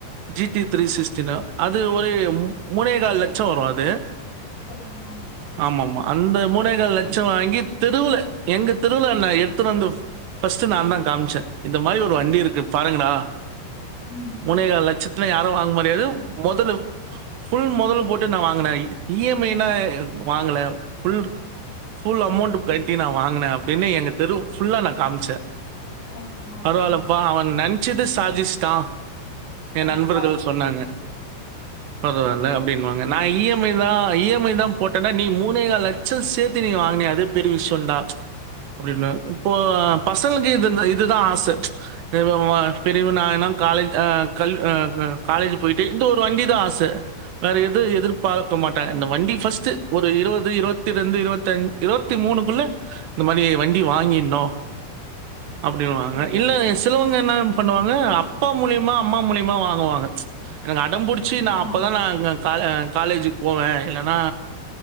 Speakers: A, on the right; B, on the left.
A: ஜி டி த்ரீ சிக்ஸ் ச்சுது அது ஒரு ம் மூணேகால் லட்சோ வரு அது
B: சரிங்கண்ணா
A: ஆமாமா. அந்த மூணே கால் லச்சோ வாங்கி தெருவுல எங்க தெருவுல நா எடுத்துனு வந்து ஃபஸ்ட்டு நாந்தா காமிச்சே இந்த மாரி ஒரு வண்டி இருக்கு பாருங்கடா
B: ம்
A: மூணே கால் லச்சத் இல்ல யாரும் வாங்க முடியாது மொதலு ஃபுல் மொதலும் போட்டு நா வாங்குனே இ எம் ஐ லா வாங்கல ஃபுல் ஃபுல் அமவுண்ட் கட்டி நா வாங்கினே அப்டின்னு எங்க தெரு ஃபுல்லா நா காமிச்சே
B: ஓகேண்ணா ஓகேண்ணா
A: பரவால்லப்பா அவ நென்ச்சுது சாதிச் த்த என்
B: கண்டிப்பா
A: நண்பர்கள் சொன்னாங்க பரவால்ல
B: ரொம்ப
A: அப்டினுவாங்க நான் இ எம் ஐ தா இ எம் ஐ தா போட் ஏண்டா நீ மூணேகால் லச்சோ சேத்து நீ வாங்குனியே அதே பெரிய விஷயண்டோ அப்டின்னாரு இப்போ பசங்களுக்கு இது இதுதா <unintelligible> பெரியவனாயிடனு காலேஜ் ஆ கல் ஆ காலேஜ் போயிட் ட்டு இந்த ஒரு வண்டிதா ஆசை வேற எதும் எதிர்ப் பாக்க மாட்டாங்க
B: சந்தோஷம்
A: இந்த வண்டி ஃபர்ஸ்ட்டு ஒரு இருபது இருபத்தி ரெண்டு இருபத்தி அஞ் இருபத்தி மூணுக்குள்ள இந்த மாரி வண்டி வாங்கிட்னு அப்டின்னுவாங்க
B: ஓகேண்ணா
A: இல்ல சிலவங்க என்ன பண்ணுவாங்க அப்பா மூலியமா அம்மா மூலியமா வாங்குவாங்க என்னனா அடம் புடிச்சி நா
B: ஆமாண்ணா
A: அப்பதா நா கால காலேஜுக்கு போவேன் இல்லன்னா